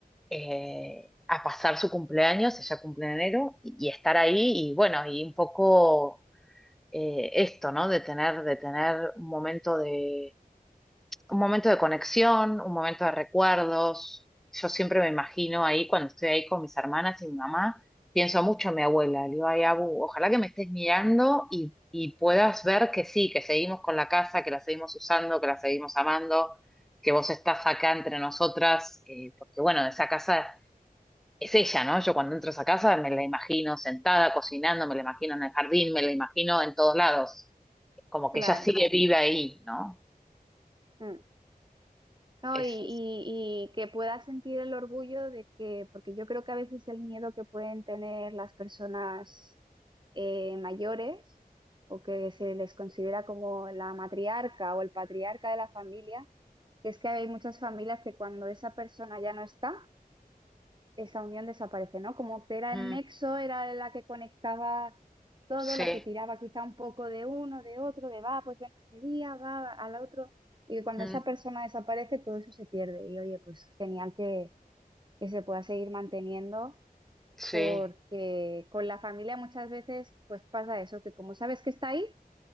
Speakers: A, in the centre; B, on the right.
A: eh, a pasar su cumpleaños, ella cumple en enero, y, y estar ahí y bueno, y un poco eh, esto, ¿no? De tener, de tener un momento de un momento de conexión, un momento de recuerdos. Yo siempre me imagino ahí, cuando estoy ahí con mis hermanas y mi mamá, pienso mucho en mi abuela. Le digo, ay, Abu, ojalá que me estés mirando y, y puedas ver que sí, que seguimos con la casa, que la seguimos usando, que la seguimos amando, que vos estás acá entre nosotras, eh, porque bueno, esa casa es ella, ¿no? Yo cuando entro a esa casa me la imagino sentada, cocinando, me la imagino en el jardín, me la imagino en todos lados. Como
B: claro.
A: que ella sigue viva ahí, ¿no?
B: Mm. No,
A: Es,
B: y, y,
A: es-
B: y que puedas sentir el orgullo de que, porque yo creo que a veces el miedo que pueden tener las personas eh, mayores o que se les considera como la matriarca o el patriarca de la familia Es que hay muchas familias que cuando esa persona ya no está, esa unión desaparece, ¿no? Como que era
A: Mm,
B: el nexo, era la que conectaba todo,
A: sí.
B: la que tiraba quizá un poco de uno, de otro, de va, pues ven este día, va al otro. Y cuando
A: Mm,
B: esa persona desaparece, todo eso se pierde. Y oye, pues genial que, que se pueda seguir manteniendo,
A: Sí,
B: porque con la familia muchas veces pues pasa eso, que como sabes que está ahí,